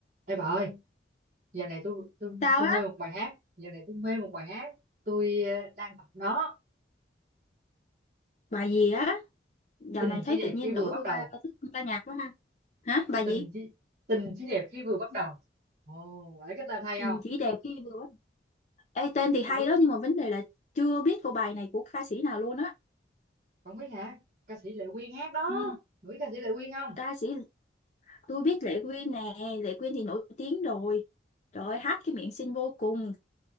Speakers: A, on the right; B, on the left.
A: Ê bà ơi, giờ này tôi tôi
B: Tao
A: tôi mê
B: á,
A: một bài hát, giờ này tôi mê một bài hát, tôi ờ, đang tập nó,
B: bà gì á, dạo
A: tình
B: này thấy
A: chỉ đẹp
B: tự nhiên
A: khi vừa
B: đổi
A: bắt
B: qua
A: đầu,
B: thích ca nhạc quá ha. Hả, bà gì?
A: tình chỉ tình chỉ đẹp khi vừa bắt đầu. Ồ, phải cái tên hay
B: Tình
A: không?
B: chỉ đẹp khi vừa Ê, tên thì hay
A: Ừ,
B: đó nhưng mà vấn đề là chưa biết cô bài này của ca sĩ nào luôn á.
A: không biết hả? Ca sĩ Lệ Quyên hát đó,
B: Ừ,
A: Bà biết ca sĩ Lệ Quyên không?
B: ca sĩ tôi biết Lệ Quyên nè, Lệ Quyên thì nổi tiếng rồi. Rồi hát cái miệng xinh vô cùng.